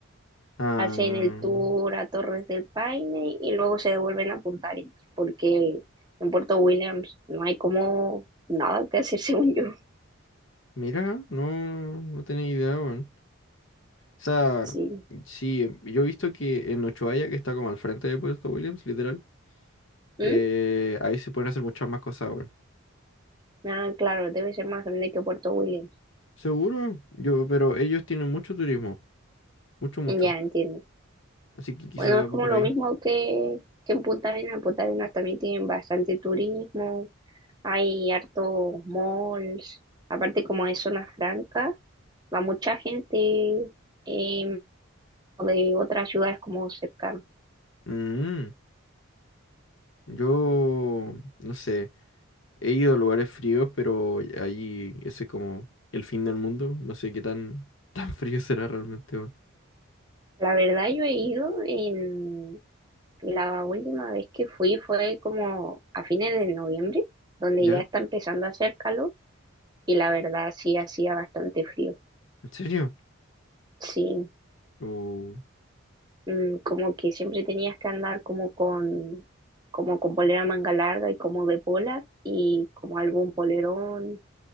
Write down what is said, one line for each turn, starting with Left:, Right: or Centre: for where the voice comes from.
Left: Ah,
Right: Hacen el tour a Torres del Paine y luego se devuelven a Punta Arenas, porque en Puerto Williams no hay como nada que hacer, <laughs> según yo.
Left: mira, no, no tenía idea, weón. O sea,
Right: Sí.
Left: sí, em, yo he visto que en Ushuaia, que está como al frente de Puerto Williams, literal, eh,
Right: ¿Mm?
Left: ahí se pueden hacer muchas más cosas, weón.
Right: Ah, claro, debe ser más grande que Puerto Williams.
Left: Seguro, yo, pero ellos tienen mucho turismo, mucho, mucho.
Right: Ya entiendo.
Left: Así que quizá
Right: Bueno, es
Left: va
Right: como
Left: por
Right: lo
Left: ahí.
Right: mismo que, que en Punta Arenas. En Punta Arenas también tienen bastante turismo, hay hartos malls. Aparte, como es zona franca, va mucha gente em, de otras ciudades como cercanas.
Left: Mm, yo, no sé, he ido a lugares fríos, pero ahí ese es como el fin del mundo. No sé qué tan, <laughs> tan frío será realmente, weón.
Right: La verdad, yo he ido en la última vez que fui fue como a fines de noviembre, donde
Left: ¿Ya?
Right: ya está empezando a hacer calor y la verdad sí hacía bastante frío.
Left: ¿En serio?
Right: Sí.
Left: Uh,
Right: mm, como que siempre tenías que andar como con, como con polera manga larga y como de polar y como algún polerón.